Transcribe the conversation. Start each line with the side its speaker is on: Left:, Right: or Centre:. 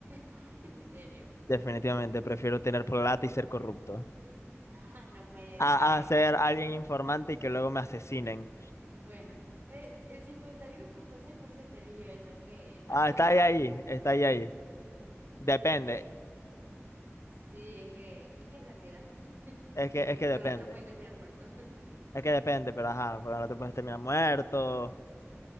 Right: <laughs> ¿En serio?
Left: Definitivamente prefiero tener plata y ser corrupto.
Right: Ah, no puede
Left: A,
Right: ser.
Left: a ser alguien informante y que luego me asesinen.
Right: Bueno, eh, el cincuenta y uno punto seis por ciento eligió eso. Es que en realidad,
Left: Ah, está ahí, ahí, está ahí, ahí. Depende,
Right: es que, sí, es que, es que en realidad, <laughs>
Left: es que,
Right: eh,
Left: es que
Right: con
Left: depende.
Right: la otra puede terminar muerto. <laughs>
Left: Es que depende, pero ajá, porque no te puedes terminar muerto.